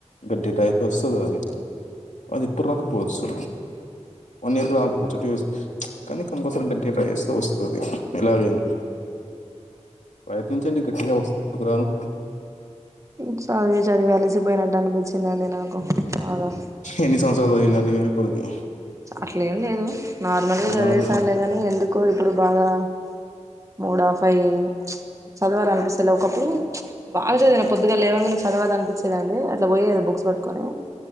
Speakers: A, on the left (about 80°); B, on the right (about 25°).
A: గడ <unintelligible> వస్తదది అది ఇప్పుడు రాకపోవచ్చు వన్ ఇయర్ కు రాక పోవచ్చు టూ యస్ కానీ కంపల్సరీ గట్టిగ ట్రై చేస్తే వస్తది ఎలాగైనా ప్రయత్నించండి గట్టిగా వస్తు ఎందుకురాను
B: ఇంగ్ చదివి చదివి అలిసిపోయినట్టు అనిపిచ్చిందండి నాకు బాగా
A: ఎన్ని సంవత్సరాల వీలని కొడుగి
B: అట్లే ఏం లేదు నార్మల్ గా చదివేసానులేగాని
A: మరి
B: ఎందు కో ఇప్పుడు బాగా మూడ ఆఫైవు చదవాల అనిపిస్తలే ఒకప్పుడు బాగాచదివినా పొద్దుగల లేవంగానే చదవాల అనిపిచ్చేదండి అట్లా బొయేది బుక్స్ వట్టుకొని